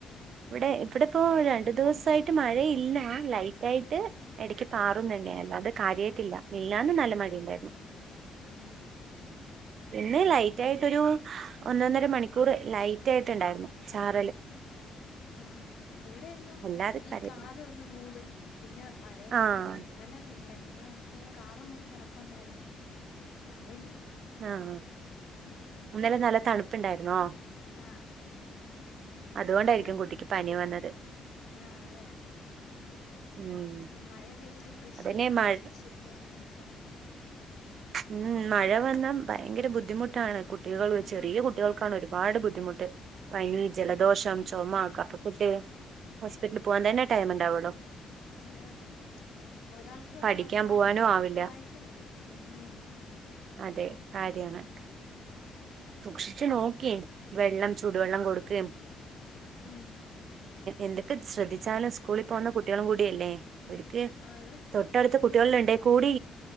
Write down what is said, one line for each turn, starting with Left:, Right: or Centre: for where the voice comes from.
Right: ഇവിടെ ഇവിടെ ഇപ്പോ രണ്ടു ദിവസായിട്ട് മഴയില്ല ലൈറ്റ് ആയിട്ട് ഇടക്ക് പാറുന്നുണ്ടാരുന്നു അത് കാര്യട്ടില്ല മില്ലാന്ന് നല്ല മഴ ഇണ്ടായിരുന്നു
Left: ആഹ്
Right: പിന്നെ ലൈറ്റ് ആയിട്ടൊരു ഒന്നൊന്നര മണിക്കൂർ ലൈറ്റ് ആയിട്ടുണ്ടായിരുന്നു ചാറല്
Left: ആ ഹ് ഇവിടെ എന്നും
Right: അല്ലാതെ
Left: ഈ
Right: കാര്യായിട്ടില്ല
Left: കാറല് ഒന്നും മൂടും പിന്നെ മഴയൊന്നും
Right: ആഹ്
Left: കാണില്ല ഇന്നലെ ഇണ്ടല്ലോ ലെ കാറും കൂടി കിടപ്പുണ്ടായിരുന്നു മഴ ഒന്നുയില്ല
Right: ആഹ് ആ ഇന്നലെ നല്ല തണുപ്പുണ്ടായിരുന്നോ
Left: ആ
Right: അതുകൊണ്ടായിരിക്കും
Left: മഴ പെയ്
Right: കുട്ടിക്ക് പനി വന്നത്
Left: ആ അതെ
Right: ഉം
Left: മഴ പെയ്തിട്ട് കൃഷിയൊക്കെ
Right: അതന്നെ മഴ
Left: നശിച്ചിട്ട് അങ്ങനെ <unintelligible>
Right: മ്മ് മഴ വന്നാ ഭയങ്കര ബുദ്ധിമുട്ടാണ് കുട്ടികള്ള്
Left: ആഹ്
Right: ചെറിയ കുട്ടികൾക്കാണ് എ ഒരുപാട് ബുദ്ധിമുട്ട് പനി ജലദോഷം
Left: ഉം
Right: ചുമ കഫകെട്ട് ഹോസ്പിറ്റലി പോവാൻ തന്നെ ടൈം ഇണ്ടാവൂള്ളോ
Left: അതെ അതെ ഒരാൾക്ക് വന്നാ
Right: പഠിക്കാൻ
Left: അടുത്ത
Right: പോവാനും
Left: ആൾക്ക് ഒറപ്പായിട്ട്
Right: ആവില്ല
Left: വരും മ്മ്
Right: അതെ കാര്യാണ് സൂക്ഷിച്ച് നോക്കി വെള്ളം ചൂടുവെള്ളം കൊടുക്കയും
Left: മ്മ്
Right: എന്തക്കെ ശ്രദ്ധിച്ചാലും സ്കൂളി പോന്ന കുട്ടികളും കൂടിയല്ലേ അവർക്ക്
Left: ആഹ് ഇവൻ
Right: തൊട്ടടുത്ത
Left: സ്കൂളിൽ
Right: കുട്ടികളിലെണ്ടേ
Left: പോയിട്ട്
Right: കൂടി